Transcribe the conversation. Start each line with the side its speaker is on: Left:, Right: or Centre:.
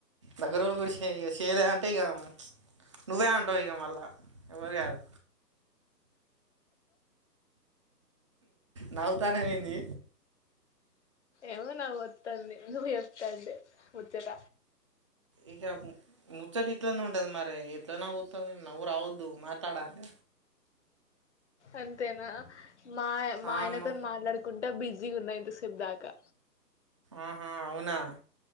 Right: దగ్గర వాళ్ళు కూడా చేయలే అంటే ఇక నువ్వేంఅంటావు ఇగ మళ్ళ అవ్వరు కాదు నవ్వుతానఏంది
Left: ఏమో నవ్వు వస్తుంది నువ్వు చెప్తాంటీ ముచ్చట
Right: ఇక ముచ్చట ఇట్లా నే ఉంటంది మరే ఇట్నా నవ్వుతోంది నవరువద్దుు మాట్లాడార
Left: అంతేనా మా మా
Right: ఆ
Left: ఆయనతో
Right: అమ్మ
Left: మాట్లాడుకుంటా ఎ బిజీగా ఉన్నాయి ఇంత సేపు దాకా
Right: ఆహా అవునా